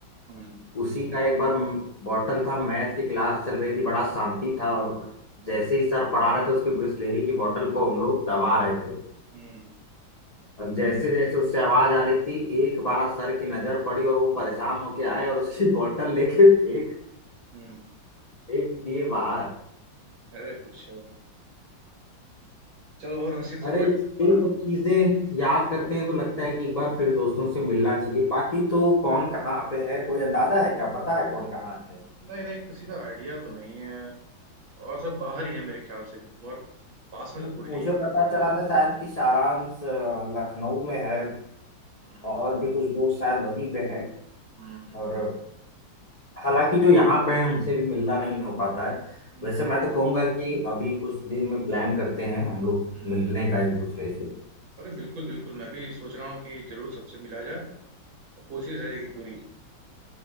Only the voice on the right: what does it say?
हम्म
हम्म
हम्म।
अरे कुछ चलो और रंजीत सब
बढ़िया
तुम्हारा
नहीं नहीं किसी का आइडिया तो नहीं है और सब बाहर ही है मेरे ख्याल से और पास में
तो कोई
नहीं है
हम्म
हम्म हम्म
हम्म।
हम्म।
अरे बिल्कुल बिल्कुल मैं भी सोच रहा हूँ कि जरूर सबसे मिला जाए कोशिश रहेगी पूरी